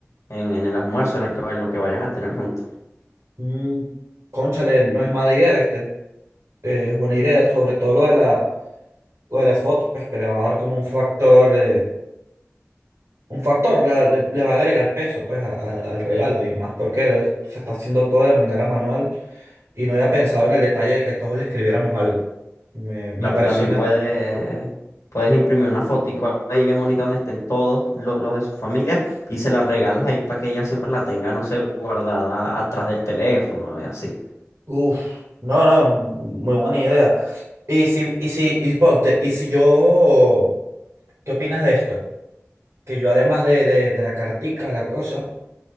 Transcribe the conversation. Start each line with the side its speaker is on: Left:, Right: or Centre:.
Left: En, en el almuerzo, en el que, va- lo que vayan a tener juntos.
Right: mm, cónchale, no es mala idea, ¿viste? Eh, es buena idea, sobre todo lo de la, lo de las fotos, pues que le va a dar como un factor, eh, un factor, le, va le- le va a agregar peso pues a- a- al regalo y más porque lo- se está haciendo todo de manera manual y no había pensado en el detalle de que todos le escribiéramos algo. Me, me
Left: Claro,
Right: parece
Left: también
Right: una,
Left: puedes, puedes imprimir una fotico ahí bien bonita donde estén todos lo- los, de su familia y se la regalas ahí para que ella siempre la tenga, no sé, guardada atrás del teléfono y así.
Right: Uf, no, no, muy buena idea. Y si, y si, y ponte, y si yo, ¿qué opinas de esto? Que yo además de, de, de la cartica, la cosa,